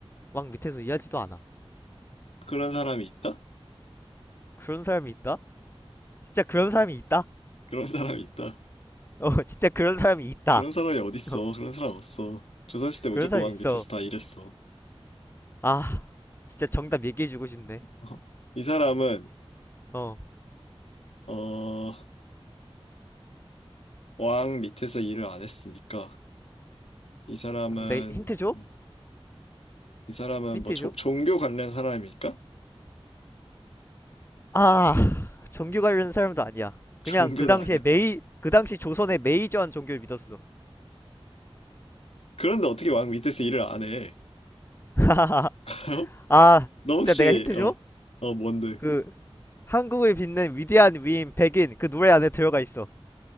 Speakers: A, on the left; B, on the left.
A: 막 밑에서 이해하지도 않아.
B: 그런 사람이 있다?
A: 그런 사람이 있다? 진짜 그런 사람이 있다?
B: 그런 <laughs> 사람이 있다.
A: 어, <laughs> 진짜 그런 사람이 있다.
B: 그런 사람이 어딨어?
A: 어,
B: 그런 사람 없어. 조선시대 무조건
A: 그런 사람이
B: 왕
A: 있어.
B: 밑에서 다 일했어.
A: 아, 진짜 정답 얘기해주고 싶네.
B: 어, 이 사람은
A: 어.
B: 어, 왕 밑에서 일을 안 했으니까 이 사람은
A: 근데 힌트 줘?
B: 음, 이 사람은
A: 힌트
B: 뭐 조-
A: 줘?
B: 종교 관련 사람입니까?
A: 아, 종교 관련 사람도 아니야.
B: <laughs> 종교도
A: 그냥 그 당시에
B: 아니야?
A: 메이, 그 당시 조선의 메이저한 종교를 믿었어.
B: 그런데 어떻게 왕 밑에서 일을 안 해?
A: <laughs>
B: <laughs>
A: 아,
B: 너
A: 진짜
B: 혹시
A: 내가 힌트
B: 어,
A: 줘?
B: 어 뭔데?
A: 그, 한국을 빛낸 위대한 위인 백인 그 노래 안에 들어가 있어.